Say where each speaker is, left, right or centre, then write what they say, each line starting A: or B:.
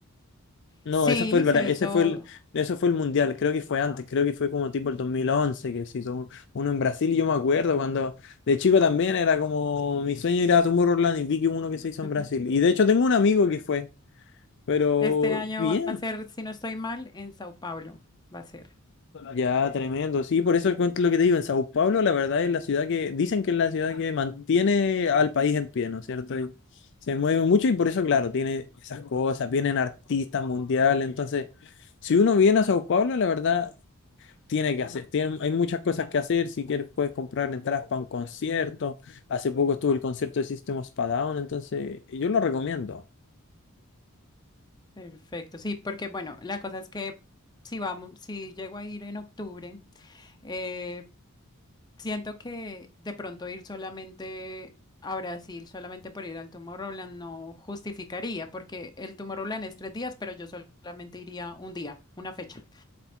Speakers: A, on the left (about 55°); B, on the left (about 20°).
A: No,
B: Sí,
A: ese fue el, Bra-
B: se hizo,
A: ese fue el, ese fue el Mundial, creo que fue antes, creo que fue como tipo el 2011 que se hizo un- uno en Brasil y yo me acuerdo cuando de chico también era como mi sueño ir a Tomorrowland y vi que uno que se hizo en
B: <laughs>
A: Brasil. Y de hecho tengo un amigo que fue, pero
B: este año
A: bien,
B: va a ser, si no estoy mal, en Sao Paulo, va a ser.
A: Ya, tremendo. Sí, por eso cuento lo que te digo. En Sao Paulo, la verdad es la ciudad que, dicen que es la ciudad que mantiene al país en pie, ¿no es cierto? Y se mueve mucho y por eso, claro, tiene esas cosas, vienen artistas mundiales. Entonces, si uno viene a Sao Paulo, la verdad, tiene que hacer. tiene- hay muchas cosas que hacer. Si quieres, puedes comprar entradas para un concierto. Hace poco estuvo el concierto de System of a Down, entonces yo lo recomiendo.
B: Perfecto, sí, porque bueno, la cosa es que si vamos, si llego a ir en octubre, eh, siento que de pronto ir solamente a Brasil, solamente por ir al Tomorrowland, no justificaría, porque el Tomorrowland es tres días, pero yo solamente iría un día, una fecha.